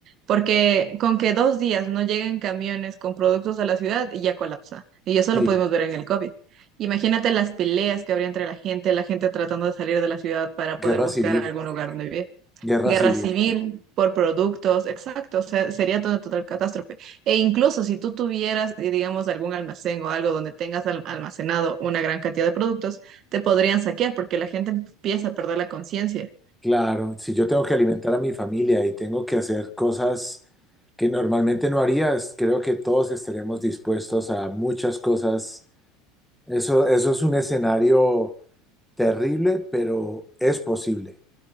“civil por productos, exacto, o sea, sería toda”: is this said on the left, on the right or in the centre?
Right